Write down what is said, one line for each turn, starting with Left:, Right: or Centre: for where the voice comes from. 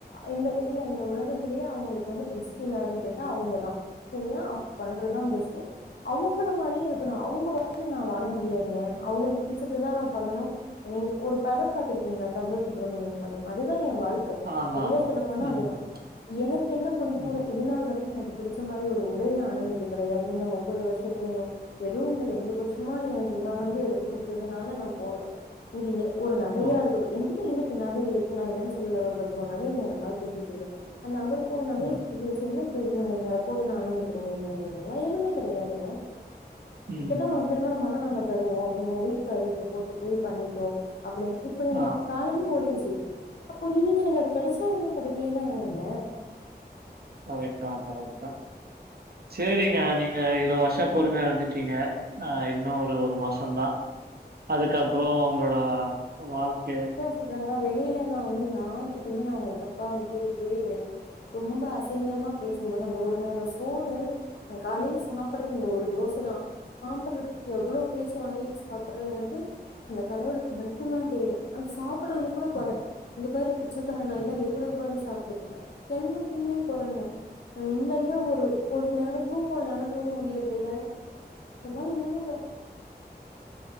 Left: இந்த இல்ல இந்த உலகத்திலேயே அவங்களுக்கு வந்து பெஸ்ட்டு யார்ன்னு கேட்டா அவங்கதான் செரியா அவங்க பண்றதுதான் பெஸ்ட்டு அவங்கள மாரியே இருக்கணும் அவங்க நான் வாழ முடியாதுங்க அவங்களுக்கு பிடிச்சதுதான் நான் பண்ணனும் நீங்க ஒரு படம் பாத்துருக்கீங்களா சந்தோஷ் சுப்ரமணியம் படம் அதுதான் என் வாழ்க் க
Right: ஆமா,
Left: சரியா
Right: ஆமா.
Left: சொல்ல போனா
Right: ம்.
Left: அதுதான் எனக்கு என்ன பிடிக்கும்னு
Right: ம்.
Left: இது நாள் வரைக்கும் எனக்கு பிடிச்ச மாதிரி ஒரு உடை நான் அணிஞ்சது கெடையாது இந்த முப்பது வருஷத்துலயும் எதுவும் இந்த ரெண்டு வருஷமா எனக்கு இவன் வந்து எடுத்து குடுத்ததுனால நான் போடுறேன் இது ஏ ஒரு நகையா
Right: ஓ!
Left: இருக்க ட்டும் எங்கிட்ட இருக்கு நகை இருக்கு நான் இல்லன்னு சொல்லல ஒரு அம்பது பவுன் நகைங்க இவங்க எனக்காக சேத்து வச்சிருக்காங்க அந்த அம்பது பவுன் நகையே
Right: ம்.
Left: சேத்து வச்சி என்ன பிரயோஜனம்ங்கீறீங்க அதை போட்டு நான் அனுபவிக்கிறேங்கன்னு நெனைக்கிறீங்களா எதுவுமே கெடையாதுங்க
Right: உம்
Left: கேட்டா உனக்கு திருமணமான நாங்க தருவோம் நீ உன் வீட்டுக்கார் வீட்டுல போட்டு போய் பண்ணிக்கோ அப்படினு இப்ப எனக்கு
Right: ஆ
Left: காலமே ஓடிடுச்சு அப்போ இனி எனக்கு அது கெடச்சா என்ன கெடக்கலைன்னா என்னங்க
Right: கரெக்ட்தான் கரெக்ட்தான் சேரிங்க நீங்க இவ்ளோ வருஷம் பொறுமையா இருந்துட்டீங்க ஆஹ் இன்னும் ஒரு ஒரு மாசம் தான் அதுக்கப்புறம் உங்களோட வாழ்க்கை
Left: சொல்றாங்க வெளில நான் வந்து யாரு கிட்டயுமே நான் அவுங்கள தப்பா விட்டு குடுத்ததே கெடயாது ரொம்ப அசிங்கிமா பேசும்போது ஒரு நேரம் சோறு அ காலையில சாப்புடுறது ஒரு தோசதான் சாப்படுறதுக்கு எவ்வளோ பேச்சு வாங்கிட்டு சாப்பிடறங்கது அந்த கடவுளுக்கு மட்டும்தான் தெரியும் அந்த சாப்புடறதுல கூட கொற
Right: ம்,
Left: இங்க பாரு பிச்சக்காரநாய்
Right: ம்.
Left: மாரி எப்படி உட்காந்து சாப்புடுது பாரு எல்லாத்துலயுமே கொறங்க நான் நிம்மதியா ஒரு ஒரு நேரம் தூங்குவனாலும் தூங்க முடியறது இல்ல இதெல்லாம் வேணாம்